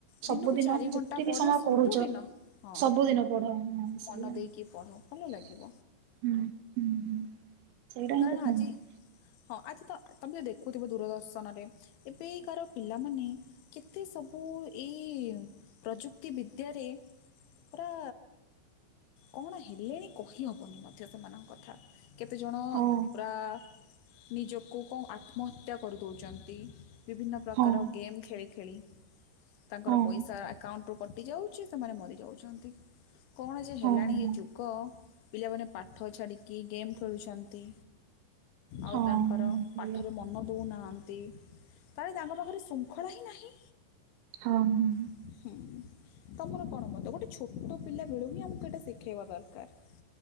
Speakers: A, on the right; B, on the left.
A: ସବୁଦିନ
B: ଦିନକୁ ଚାରି
A: ଯେତିକି
B: ଘଣ୍ଟା ପଢ଼
A: ସମୟ
B: ସବୁଦିନ
A: ପଢୁ ଯ
B: ହଁ
A: ସବୁଦିନ ପଢ, ହଁ
B: ମନ
A: ସେଇଆ।
B: ଦେଇକି ପଢ଼ ଭଲ ଲାଗିବ
A: ହଁ ହଁ ହୁଁ ସେଇଟା
B: କାରଣ
A: ହିଁତ କୂହନ୍ତି।
B: ଆଜି ହଁ, ଆଜିତ ତମେ ଦେଖୁଥିବ ଦୂରଦର୍ଶନରେ, ଏବେକାର ପିଲାମାନେ କେତେ ସବୁ, ଏଇ ପ୍ରଯୁକ୍ତି ବିଦ୍ ଇତ୍ୟାରି ପୁରା କଣ ହେଲେଣି କହିହବନି ମଧ୍ୟ ସେମାନଙ୍କ କଥା। କେତେଜଣ,
A: ହଁ
B: ପୁରା ନିଜକୁ କଣ ଆତ୍ମହତ୍ୟା କରିଦଉଛନ୍ତି, ବିଭିନ୍ନ ପ୍ରକାର
A: ହଁ
B: ଗେମ୍ ଖେଳି ଖେଳି। ତାଙ୍କର
A: ହଁ ହଁ
B: ପଇସା ଆକାଉଣ୍ଟରୁ କଟିଯାଉଛି, ସେମାନେ ମରିଯାଉଛନ୍ତି, କଣ ଯେ ହେଲାଣି
A: ହଁ ହଁ।
B: ଏ ଯୁ ଙ୍କ, ପିଲାମାନେ ପାଠ ଛାଡ଼ିକି ଗେମ୍ ଖେଳୁଛନ୍ତି।
A: ହଁ
B: ଆଉ ତାଙ୍କର,
A: ସେଇଆ
B: ପାଠରେ ମନ ଦଉନାହାନ୍ତି। ତାରେ, ତାଙ୍କ ପାଖରେ ଶୃଙ୍ଖଳାହିଁ ନାହିଁ।
A: ହଁ ମ୍
B: ହୁଁ ତମର କଣ ମତ ଗୋଟେ ଛୋଟ ପିଲା ବେଳୁ ହିଁ ଆମକୁ ଏଇଟା ଶିଖେଇବା ଦରକାର